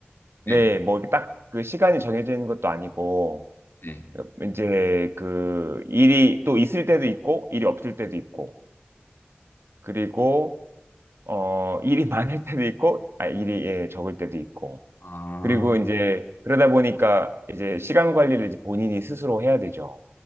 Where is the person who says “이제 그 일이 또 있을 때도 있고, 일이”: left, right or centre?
Right